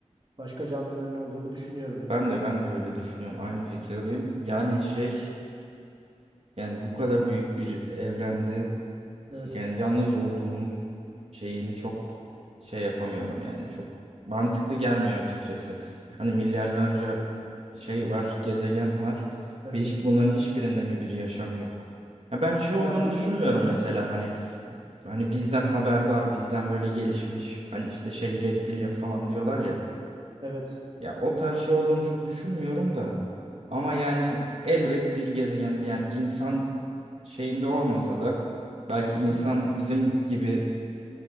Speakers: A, on the right (about 40°); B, on the right (about 60°).
A: başka canlıların olduğunu düşünüyorum.
B: Ben de ben de öyle düşünüyorum. Aynı fikirdeyim. Yani şey Yani bu kadar büyük bir evrende
A: Evet.
B: yani yalnız olduğumuz şeyini çok şey yapamıyorum yani çok mantıklı gelmiyor açıkçası. Hani milyarlarca şey var, gezegen var
A: Evet.
B: ve hiç bunların hiçbirinde mi bir yaşam yok? Ya ben şey olduğunu
A: Ya bir
B: düşünmüyorum
A: aynen.
B: mesela hani hani bizden haberdar, bizden böyle gelişmiş hani işte şey reptilyen falan diyorlar ya.
A: Evet.
B: Ya o tarz şey olduğunu çok düşünmüyorum da. Ama yani elbet bir gezegende yani insan şeyinde olmasa da belki
A: Hı-hı.
B: insan bizim gibi